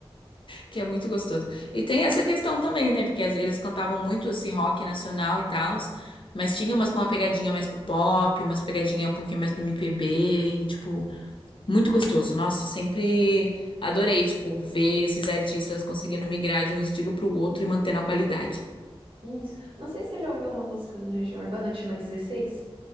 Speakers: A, on the left (about 55°); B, on the right (about 60°).
A: Que é muito gostoso. E tem essa questão também, né? Porque às- eles cantavam muito esse rock nacional e tal, mas tinha umas com uma pegadinha mais pro pop, umas pegadinha um pouquinho mais pro MPB, e, tipo, muito gostoso. Nossa, sempre adorei, tipo, ver esses artistas conseguindo migrar de um estilo pro outro e mantendo a qualidade.
B: Isso. Não sei se você já ouviu uma música do Legião Urbana que chama 16.